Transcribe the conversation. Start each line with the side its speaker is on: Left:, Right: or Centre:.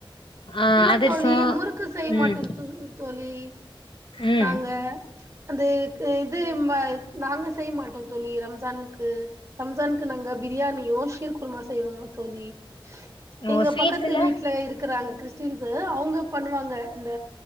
Left: ஆ
Right: இல்ல
Left: அதிர்சோ
Right: தோழி முறுக்கு செய்ய
Left: ம்
Right: மாட்டோ தூ தோழி
Left: ம்
Right: நாங்க அந்த இக்கு இது ம நாங்க செய்ய மாட்டோ தோழி ரம்ஜானுக்கு ரம்ஜானுக்கு நாங்க பிரியாணியு ஷீர் குருமா செய்வோ தோழி
Left: ஓ
Right: இங்க
Left: ஸ்வீட்ஸ்ல
Right: பக்கத்து வீட்ல இருக்குறாங்க சின்சு அவங்க பண்ணுவாங்க இந்த